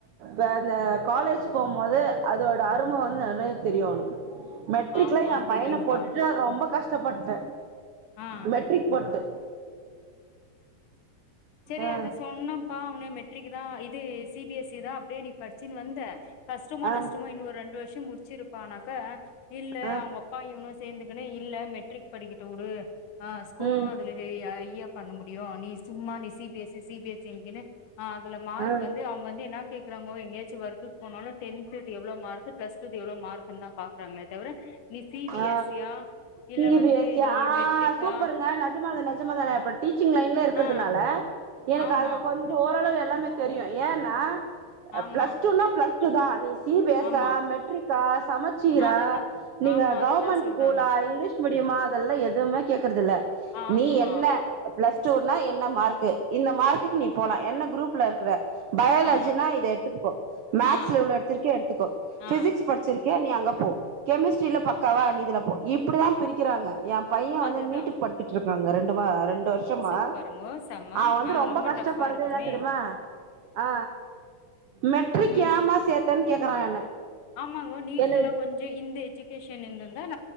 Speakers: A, on the right (about 85°); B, on the left (about 75°).
A: வேற காலேஜ் போகும்போது அதோட அரும வந்து நல்லாவே தெரியு அவனுக்கு மெட்ரிக்ல
B: ஆமா
A: ஏ பையன
B: தெரியும்பா
A: போட்டுட்டு ரொம்ப கஷ் கஷப்பட்ட
B: ஆ
A: மெட்ரிக் போட்டு
B: சரி
A: ஆ
B: அது சொன்னப்பா னே மெட்ரிக் இதா இது சி பி எஸ் இ தா அப்டியே நீ படிச்சுனு வந்த கஷ்டமா
A: ஆ
B: நஷ்டமோ இன்னொரு ரெண்டு வரு படிச்சு முடிச் வச்சிருப்பானாக்க இல்ல
A: ஆ
B: அவங்க அப்பா இன்னு சேந்துகினு இல்ல மெட் ட்ரிக் படிக்கட்டு விடு ஆ ஸ்கோரு
A: ம்
B: அதுல ஐயா பண்ண முடியு நீ சும்மா நீ C B S C C B S C ங்குனு அதுல மார்க்
A: ஆ
B: வந்து அவங்க வந்து என்னா கேக்குறாங்கோ எங்கயாச்சு ஒர்க்கு போனாலு டென்த் எவ்ளோ மார்க் பிஸ்டூது எவ்ளோ மார்க்குன்னுதா பாக்குறாங்க தவர நீ சி
A: ஆ
B: பி எஸ் சியா
A: சி
B: இல்ல வந்து
A: பி எஸ் சி
B: நீ
A: ஆ
B: மெட்ரிக்கா
A: சூப்பருங்க நெஜமாதா நெஜமாதாங்க டீச்சிங் லைன்ல இருக்கிறதுனால
B: ஆ
A: எனக்கு
B: ஆமா
A: அதுல கொஞ்சொ ஓரளவு எல்லாமே தெரியு ஏன்னா அ
B: ஆமா
A: பிளஸ்டூன்னா பிளஸ் சுதா நீ ஸ் சி பி எஸ்ஸா
B: ஆமா
A: மெட்ரிக்கா சமச்சீரா
B: அதெல்லா
A: நீங்க
B: ஆமா
A: கவர்மெண்ட்
B: அதுதா சொல்றாங்கோ
A: ஸ்கூலா இங்கிலீஷ் முடியுமா அதெல்லா எதுமே கேக்குறதுல்ல
B: ஆமா
A: நீ என்ன பிளஸ் டூன்னா என்ன மார்கு இந்த மார்க்குக்கு நீ போலா என்ன குரூப்ல இருக்குற பயாலஜினா
B: ஆ
A: இது எடுத்துருக்கோ மேக்ஸ்ல
B: ஆ
A: இவ்ல எடுத்திருக்கோ எடுத்துக்கோ
B: ஆ
A: பிசிக்ஸ் படிச்சிரு க நீ அங்க போ கெமிஸ் ரில பக்காவா நீதுல போ இப்டிதா பிரிக்கிறாங்க எ பைய வந்து
B: அதுதா
A: நீட்டுக்கு படிச்சிட்ருக் அங்க ரெண்டு பா ரெண் டு வருஷமா
B: சூப்பருங்கோ செம்ம
A: அவ வந்து
B: ஆ
A: ரொம்ப கஷ்டப்படுறது
B: டஃபா இருக்குமே
A: என்னா தெரிமா ஆ மெட்ரிக்
B: ம்
A: ஏமா சேத்தேன்னு கேக்கறா என்ன
B: ஆமாங்கோ நீட்டு்கெல்லா
A: என்ன
B: கொஞ்சொ இந்த எஜுகேஷ் <unintelligible>